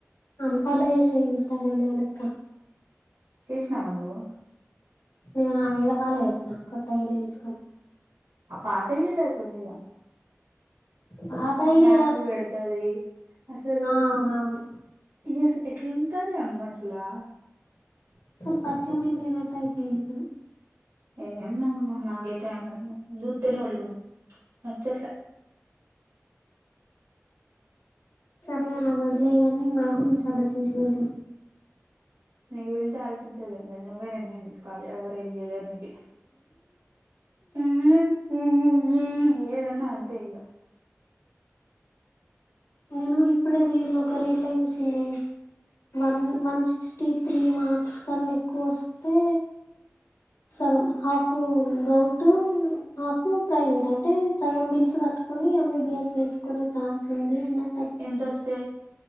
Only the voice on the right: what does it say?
చేసినావా నువ్వు
ఆ పాత ఐడి లో ఐతే ఉందిగా
ఆ
స్నాప్లు పెడు అది అసలు
ఇ అసలు ఎట్లాంటదే అమ్మ అట్లా
ఏందమ్మ నాకైతే ఆమెను చూస్తేనే వళ్ళు నచ్చట్లే
నీ గురించి ఆలోచించేది ఏంలేదు నువ్వే నిర్ణయం తీసుకోవాలి ఎవ్వరు ఏం చేయలేరు ఇది హ్మ్ మ్మ్ ఈ ఏదన్నా అంతే ఇక
ఎంతొస్తే